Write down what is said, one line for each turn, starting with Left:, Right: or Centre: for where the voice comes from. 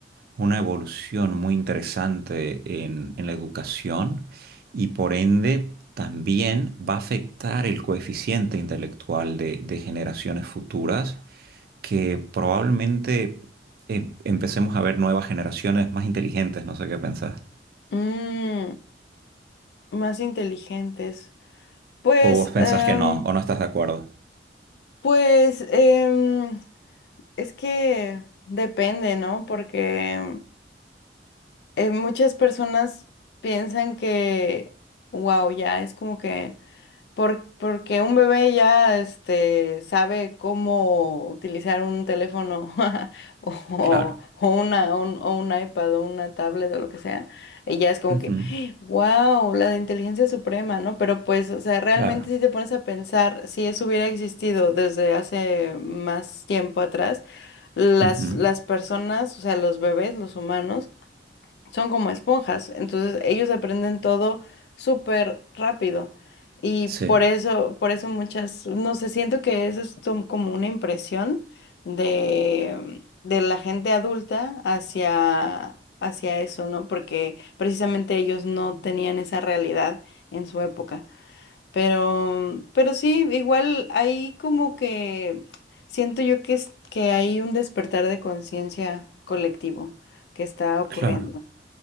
Right: una evolución muy interesante en, en la educación y por ende... También va a afectar el coeficiente intelectual de de generaciones futuras, que probablemente eh, empecemos a ver nuevas generaciones más inteligentes, no sé qué pensás.
Left: Mm, más inteligentes. Pues,
Right: O vos
Left: em,
Right: pensás que no, o no estás de acuerdo.
Left: pues, em, es que depende, ¿no? Porque eh, muchas personas piensan que, wow, ya es como que Por- porque un bebé ya este, sabe cómo utilizar un teléfono <laughs> o,
Right: Claro.
Left: o una, un, o un iPad o una tablet o lo que sea. Y ya es como
Right: Ujú,
Left: que, wow, la de inteligencia suprema, ¿no? Pero pues, o sea, realmente
Right: Claro.
Left: si te pones a pensar, si eso hubiera existido desde hace más tiempo atrás, las,
Right: Ujú,
Left: las personas, o sea, los bebés, los humanos, son como esponjas, entonces ellos aprenden todo súper rápido y
Right: Sí,
Left: por eso, por eso muchas, no sé, siento que eso es tom- como una impresión de, de la gente adulta hacia, hacia eso, ¿no? Porque precisamente ellos no tenían esa realidad en su época. Pero, pero sí, igual hay como que siento yo que, es- que hay un despertar de conciencia colectivo que está ocurriendo.
Right: claro.